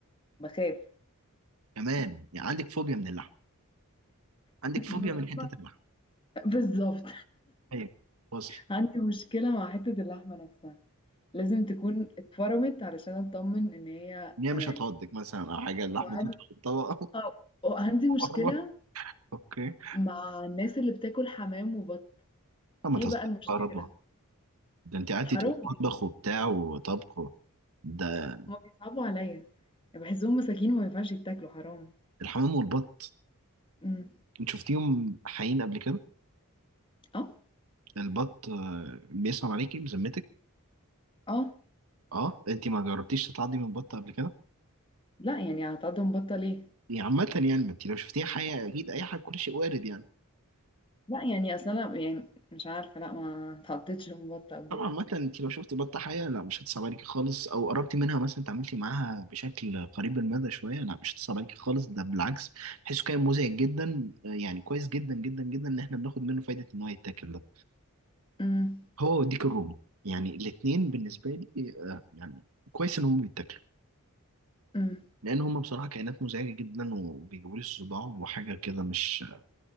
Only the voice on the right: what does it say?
كمان يعني عندك فوبيا من اللحمه عندك
فوبيا
من حته اللحمه
ايوه وصل
ان هي
مش هتعضك مثلا او حاجه اللحمه
تطلع في الطبق
<laughs>
اوكي
لا ما
تهزرش
بقى يا رضوى ده انت قعدتي
تقولي
مطبخ
وبتاع وطبخ و- ده
الحمام والبط
انت شفتيهم حقيقيين قبل كده
البط آه، بيسلم عليكي بذمتك
اه انت ما جربتيش تتعضي من بط قبل كده
يعني عامة يعني ما انت لو شفتيها حياة اكيد اي حاجة كل شيء وارد يعني
طبعا
عامة انت لو شفتي بطة حياة لا مش هتصعب عليكي خالص او قربتي منها مثلا تعاملتي معاها بشكل قريب المدى شوية لا مش هتصعب عليكي خالص ده بالعكس بحسه كائن مزعج جدا آه، يعني كويس جدا جدا جدا ان احنا بناخد منه فايدة ان هو يتاكل ده
هو والديك الرومي يعني الاتنين بالنسبة لي آه، يعني كويس ان هم بيتاكلوا
لان هم بصراحه كائنات مزعجه جدا وبيجيبوا لي صداع وحاجه كده مش